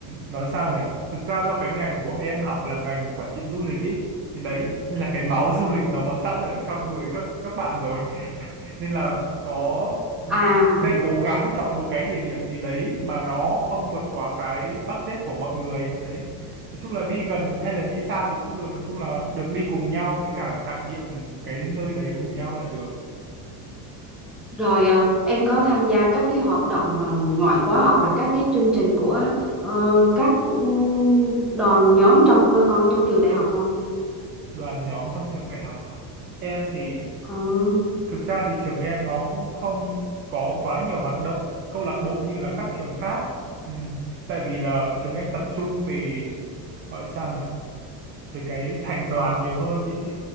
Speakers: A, on the right; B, in the centre.
A: nói sao nhỉ? Thực ra do cái ngành của em học là ngành quản trị du lịch ý, thì đấy nên là cái máu du lịch nó có sẵn ở trong người các các bạn rồi. <laughs> Nên là có ừm,
B: à
A: sẽ cố gắng chọn một cái địa điểm gì đấy mà nó không vượt quá cái budget của mọi người đấy. Nói chung là đi gần hay là đi xa thì cũng được, nói chung là được đi cùng nhau với cả trải nghiệm cái nơi đấy cùng nhau là được.
B: rồi à, em có tham gia các cái hoạt động à, ngoại khóa hoặc là các cái chương trình của ờ, các ừ, đoàn nhóm trong ờ, con trong trường đại học không?
A: Đoàn nhóm trong trường đại học à? Em thì
B: Ừ.
A: Thực ra thì trường em nó cũng không có quá nhiều hoạt động câu lạc bộ như là các trường khác. Ừ. Tại vì là trường em tập trung về gọi sao nhỉ? Về cái thành đoàn nhiều hơn chị chị.